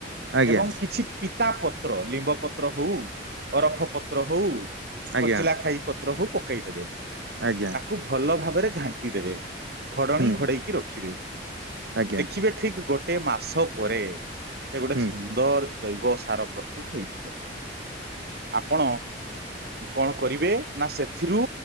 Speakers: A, on the right; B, on the right.
A: ଆଜ୍ଞା
B: ଏବଂ କିଛି ପିତା ପତ୍ର ଲିମ୍ବ ପତ୍ର ହଉ, ଅରଖ ପତ୍ର ହଉ,
A: ଆଜ୍ଞା
B: କୋଚିଲା ଖାଇ ପତ୍ର ହଉ ପକେଇ ଦେବେ।
A: ଆଜ୍ଞା।
B: ତାକୁ ଭଲ ଭାବରେ ଘାଣ୍ଟି ଦେବେ। ଘୋଡ଼ଣୀ
A: ହୁଁ
B: ଘୋଡେ଼ଇ କି ରଖିବେ
A: ଆଜ୍ଞା
B: ଦେଖିବେ ଠିକ୍ ଗୋଟେ ମାସ ପରେ ସେ ଗୋଟେ
A: ହୁଁ
B: ସୁନ୍ଦର ଜୈବ ସାର ପ୍ରସ୍ତୁତ ହେଇଯିବ। ଆପଣ କଣ କରିବେ ନା ସେଥିରୁ